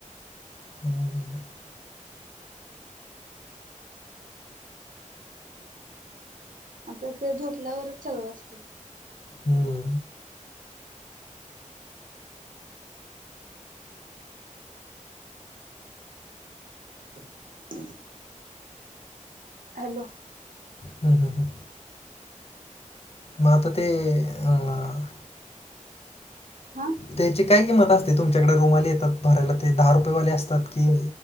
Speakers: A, on the left; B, on the right.
A: ह.
B: आता ते झोपल्यावरच सगळं असते.
A: हम्म.
B: <inaudible> हॅलो.
A: हां हां हां. मा तर ते. अं,
B: हां.
A: त्याची काय किंमत असते. तुमच्याकडे रुमाली येतात भरायला ते दहा रुपयेवाले असतात की,